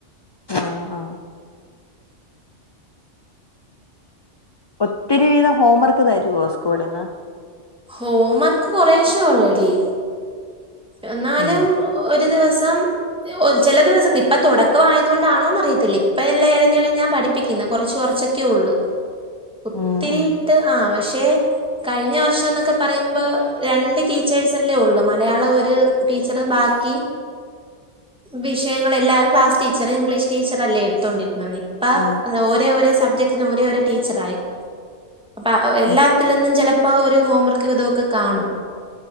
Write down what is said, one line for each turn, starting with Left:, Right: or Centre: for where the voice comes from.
Left: ആ ആ ഒത്തിരി വിധം ഹോം വർക്ക് തരുവോ സ്കൂളിൽ നിന്ന്
Centre: ഹോം മർക്ക് കൊറേശെ ഒള്ളടി. എന്നാലും
Left: ഉം
Centre: ഒരു ദിവസം ഒ ചെല ദിവസം ഇപ്പം തുടക്കവായതൊണ്ടാണോന്നറിയത്തില്ല ഇപ്പഎല്ലാം ഏഴഞ്ഞെഴഞ്ഞാ പഠി പ്പിക്കുന്ന് കൊറച്ച് കൊറചെക്കെ ഒള്ള് ഒത്തിരി
Left: ഉം ഉം
Centre: ഇട്ട് ആ പഷേ കഴിഞ്ഞ വർഷൊന്നൊക്കെ പറയുമ്പോ രണ്ട് ട്ടീച്ചേഴ്സല്ലേ ഒള്ളൂ മലയാളം ഒ ട് ട്ടീച്ചറ് ബാക്കി വിഷയങ്ങളെല്ലാം ക്ലാസ് ടീച്ചർ ഇംഗ്ലീഷ് ടീച്ചർ അല്ലേ എടുത്തൊണ്ടിരുന്ന അപ്പ
Left: ഉം
Centre: ഓരേ ഒരേ സബ്ജക്റ്റന് ഒരേ ഒരോ ടീച്ചറായി പ്പ വെ
Left: ഉം
Centre: എല്ലാത്തിലൊന്നും ചെലപ്പോ ഒരു ഹോംവർക്ക് വിതൊക്കെ കാണും.